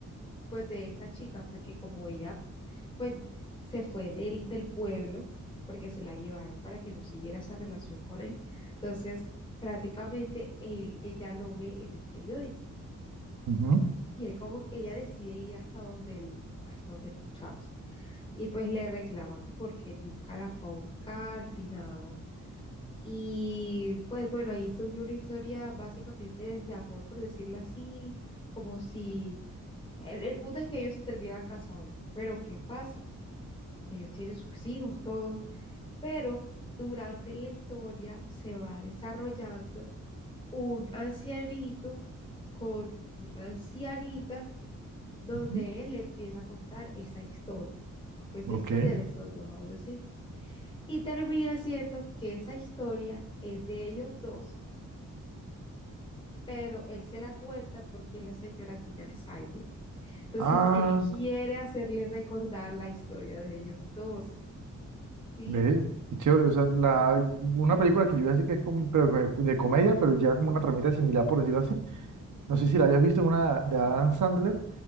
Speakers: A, on the left; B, on the right.
A: pues, de esta chica, porque como ella, pues, se fue del, del pueblo, porque se la llevaron para que no siguiera esa relación con él. Entonces, prácticamente él, ella lo ve en el periódico
B: ujú,
A: Y él como que ella decide ir hasta donde el, hasta donde el muchacho. Y pues le reclama que porque nunca la fue a buscar ni nada. Y pues bueno, ahí surgió una historia básicamente de amor, por decirlo así, como si el, el punto es que ellos se terminan casando. Pero ¿qué pasa? Ellos tienen sus hijos, todo. Pero durante la historia se va desarrollando un ancianito con una ancianita donde
B: ujú,
A: él le empieza a contar esa historia, como esa
B: Ok.
A: historia de esos dos adolescentes. Y termina siendo que esa historia es de ellos dos, pero él se la cuenta porque la señora tiene Alzheimer. Entonces,
B: Ah,
A: él quiere hacerle recordar la historia de ellos dos, ¿sí?
B: ve, qué chévere. O sea, la, una película que yo iba a decir que es como, pero que- de comedia, pero ya como una tramita similar, por decirlo así. No sé si la hayas visto en una de Adam Sandler,